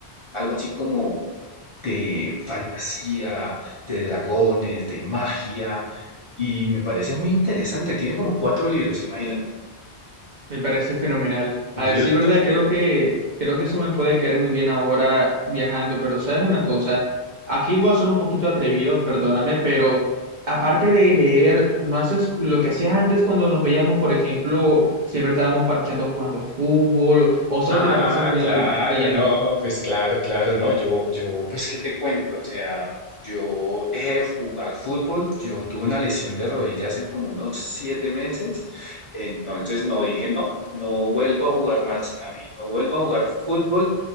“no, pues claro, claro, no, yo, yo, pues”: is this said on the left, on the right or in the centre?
Left